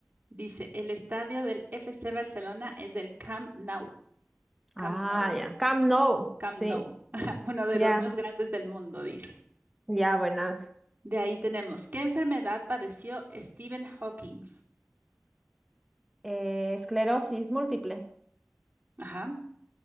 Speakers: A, on the right; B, in the centre.
A: Dice, el estadio del FC Barcelona es el Camp Nou, Camp
B: Ah,
A: Nou,
B: ya. Camp Nou.
A: Camp
B: Sí.
A: Nou, <laughs> uno de
B: Ya,
A: los más grandes del mundo, dice.
B: ya, buenas.
A: De ahí tenemos, ¿qué enfermedad padeció Stephen Hawking?
B: Eh, esclerosis múltiple.
A: Ajá.